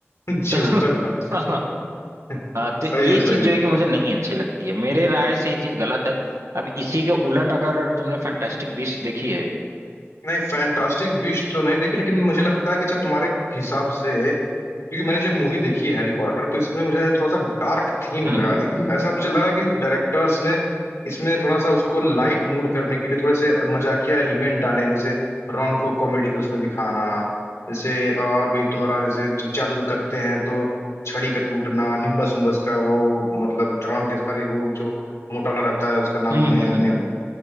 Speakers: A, on the left (about 90°); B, on the right (about 85°).
A: जोकर
B: तो
A: बनाते
B: <laughs>
A: हैं।
B: हाँ,
A: <laughs>
B: तो ये
A: सही में सही
B: चीज
A: में
B: जो है कि मुझे नहीं अच्छी लगती है मेरे राय से ये चीज गलत है अब इसी के उलट अगर तुमने फैंटास्टिक बीस्ट देखी है
A: नहीं फैंटास्टिक बीस्ट तो नहीं देखी लेकिन मुझे लगता है कि अच्छा तुम्हारे हिसाब से क्योंकि मैंने जब मूवी देखी है हैरी पॉटर तो इसमें मुझे थोड़ा सा डार्क थीम
B: हम्म
A: लगा लेकिन ऐसा मुझे लगा कि डायरेक्टर्स ने इसमें थोड़ा सा उसको लाइट मूड करने के लिए थोड़े से मजाकिया एलिमेंट डाले हैं जैसे रॉन को कॉमेडी के उसमें दिखाना जैसे और भी तुम्हारा जैसे जब जादू उदू करते हैं तो छड़ी का टूटना निम्बस उम्बस का वो मतलब रॉन के अरे वो जो मोटा वाला रहता है उसका नाम
B: हम्म
A: ने,
B: हम्म
A: ने
B: हम्म।